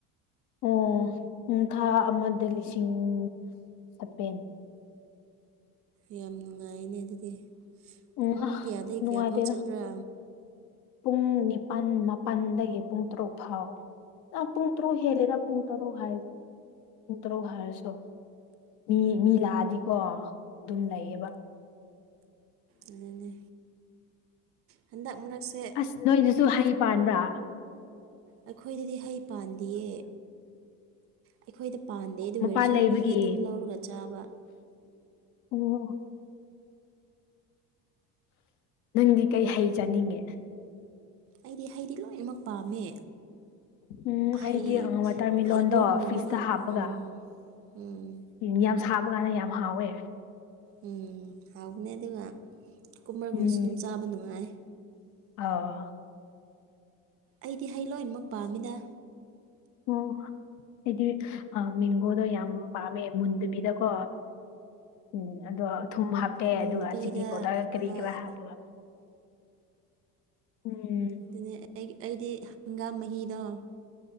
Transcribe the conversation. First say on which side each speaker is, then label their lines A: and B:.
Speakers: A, on the left (about 60°); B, on the right (about 45°).
A: ꯑꯣ ꯎꯝ ꯊꯥ ꯑꯃꯗ ꯂꯤꯁꯤꯡ ꯁꯚꯦꯟ
B: ꯌꯥꯝ ꯅꯨꯡꯉꯥꯏꯅꯦ ꯑꯗꯨꯗꯤ
A: ꯎꯝ
B: ꯄꯨꯡ
A: ꯑ
B: ꯀꯌꯥꯗꯒꯤ
A: ꯅꯨꯡꯉꯥꯏꯇꯦꯗ
B: ꯀꯌꯥꯐꯥꯎ ꯆꯠꯄ꯭ꯔꯥ
A: ꯄꯨꯡ ꯅꯤꯄꯥꯜ ꯃꯥꯄꯜꯗꯒꯤ ꯄꯨꯡ ꯇꯔꯨꯛ ꯐꯥꯎ ꯑꯥ ꯄꯨꯡ ꯇꯔꯨꯛ ꯍꯦꯜꯂꯤꯔ ꯄꯨꯡ ꯇꯔꯨꯛ ꯍꯥꯏ ꯄꯨꯡ ꯇꯔꯨꯛ ꯍꯥꯏꯔꯁꯨ ꯃꯤ ꯃꯤ ꯂꯛꯑꯗꯤ ꯍꯣ ꯑꯗꯨꯝ ꯂꯩꯌꯦꯕ
B: ꯑꯗꯨꯅꯦ ꯍꯥꯟꯗꯛ ꯃꯔꯛ ꯁꯦ
A: ꯑꯁ ꯅꯣꯏꯗꯨꯁꯨ ꯍꯩ ꯄꯥꯟꯕ꯭ꯔꯥ
B: ꯑꯩꯈꯣꯏꯗꯗꯤ ꯍꯩ ꯄꯥꯟꯗꯤꯌꯦ ꯑꯩꯈꯣꯏꯗ ꯄꯥꯟꯗꯦ ꯑꯗꯨ
A: ꯃꯄꯥꯟ
B: ꯑꯣꯏꯔꯁꯨ
A: ꯂꯩꯕꯒꯤ
B: ꯃꯤꯒꯤ ꯑꯗꯨꯝ ꯂꯧꯔꯒ ꯆꯥꯕ
A: ꯑꯣ ꯅꯪꯗꯤ ꯀꯩ ꯍꯩ ꯆꯥꯅꯤꯡꯒꯦ
B: ꯑꯩꯗꯤ ꯍꯩꯗꯤ ꯂꯣꯏꯅꯃꯛ ꯄꯥꯝꯃꯦ
A: ꯎꯝ
B: ꯍꯩ
A: ꯑꯩꯗꯤ ꯑ ꯋꯥꯇꯔꯃꯤꯂꯣꯟꯗꯣ
B: ꯍꯩꯕꯣꯡꯒꯨꯝꯕꯒ
A: ꯐ꯭ꯔꯤꯖꯇ ꯍꯥꯞꯄꯒ
B: ꯎꯝ ꯎꯝ
A: ꯎꯝ ꯌꯥꯝ ꯁꯥꯕ ꯀꯥꯟꯗ ꯌꯥꯝ ꯍꯥꯎꯋꯦ
B: ꯎꯝ ꯍꯥꯎꯕꯅꯦ ꯑꯗꯨꯒ ꯀꯨꯀꯨꯝꯕꯔ
A: ꯎꯝ
B: ꯒꯨꯝꯕꯁꯨ ꯑꯗꯨꯝ ꯆꯥꯕ ꯅꯨꯡꯉꯥꯏ
A: ꯑꯥ
B: ꯑꯩꯗꯤ ꯍꯩ ꯂꯣꯏꯅꯃꯛ ꯄꯥꯝꯃꯤꯅ
A: ꯑꯣ ꯑꯩꯗꯤ ꯃꯤꯡꯒꯣꯗꯣ ꯌꯥꯝ ꯄꯥꯝꯃꯦ ꯃꯨꯟꯗꯕꯤꯗꯀꯣ ꯎꯝ ꯑꯗꯣ ꯊꯨꯝ ꯍꯥꯞꯄꯦ
B: ꯃꯨꯟꯗꯕꯤꯗ
A: ꯑꯗꯨꯒ ꯆꯤꯅꯥ ꯄꯥꯎꯗꯔꯒ ꯀꯔꯤ
B: ꯍꯣꯏ
A: ꯀꯔꯥ ꯍꯥꯞꯄꯒ ꯎꯝ
B: ꯑꯗꯨꯅꯦ ꯑꯩ ꯑꯩꯗꯤ ꯍꯪꯒꯥꯝ ꯃꯍꯤꯗꯣ